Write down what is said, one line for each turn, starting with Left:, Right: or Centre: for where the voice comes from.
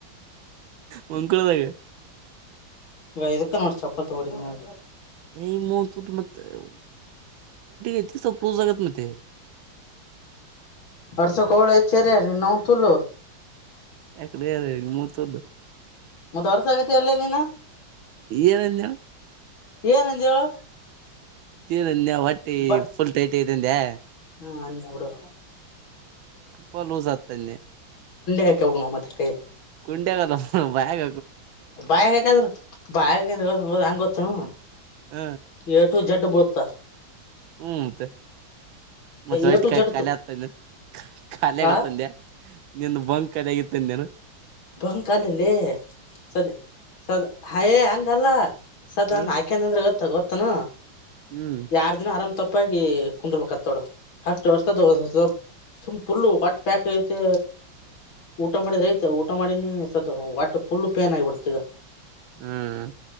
Right: ಹೂಂಕುಳದಾಗ
Left: ಈ ಇದಕ್ಕ ನೋಡಿ ಚಪ್ಪಲ್ ತಗೊಂಡಿದನಿ ನೋ
Right: ಏ ಮೂ ಮತ್ತೈಟ ಐತಿ ಸ್ವಲ್ಪೂಸ್ ಆಗತ್ ಮತ್ತೆ
Left: ಹರ್ಷೋ ಕವಳೆ ಚರೆ ನವು ತುಲ
Right: <unintelligible>
Left: ಮತ್ತ ಅವರ್ಸಗತಿ ಅರ್ಲ್ಲ ನೀನು
Right: ಏನಂದ
Left: ಏನಂಜೇಳು
Right: ನನ್ ಹೊಟ್ಟಿ
Left: ಬಟ್
Right: ಫುಲ್ ಟೈಟ್ ಇದ್ದನ್ೆ
Left: ಹ್ಮ ನೋಡು
Right: ತುಪ್ಪ ಲೂಸ್ ಆಗ್ತೆ
Left: ಹಾಕ್ಯಬೇಕು ನಾವ್ ಮತ್ತೆ ಕೈ
Right: ಕುಂಡೆಗಲ್ಲ ಬ್ಯಾಗ
Left: ಬಾಯ ಹಕಾದ್ರರು ಬಾಯ ಹಾಂದ್ರ ಗೊ ಗ ಹಂಗ ಗೊತ್ತನು
Right: ಹ
Left: ಎು ಜಡ್ ಬಡತ್ತಾ
Right: ಹ್ಮ್ತ್ತ ಮತ್ತ ಒಟಿಕ
Left: ಎ ಟು ಜಡ್
Right: ಕಖಲೆ ಆಗ್ತ ಖಾಲಿ ಆಗತ್ತಂದೆ
Left: ಆ
Right: ನಿನ್ ಬಂಗ್ ಖಾಲಿ ಆಗಿತ್ತಂದೇನು
Left: ಬಂಕ ಅಲ್ಲಲೆ ಸದ್ಯ ಸದಾ ಹಯೇ ಹಂಗಲ್ಲ ಸದಾ
Right: ಹ
Left: ನಾಕೆನಂದ್ರೆ ಗೊತ್ತ ಗೊತ್ತಾನ
Right: ಹ್ಮ್
Left: ಯಾರ್ ದಿನ ಆರಾಮ್ ತಪ್ಪಾಗಿ ಕುಂದರ್ಬೇಕತ್ತೋಡು ಅರ್ ಸುಮ್ ಫುಲ್ು ಹೊಟ್ಟ ಪ್ಯಾಕ್ ಐತೆ ಊಟ ಮಾಡಿದ್ರೆ ಐತೆ ಊ ಊಟ ಮಾಡಿನಿ ಸ್ಲ್ ವಟ ಪುಲ್ ಪೇನ್ ಆಗಿಬಿಡ್ತ ಈಗ
Right: ಹ್ಮ್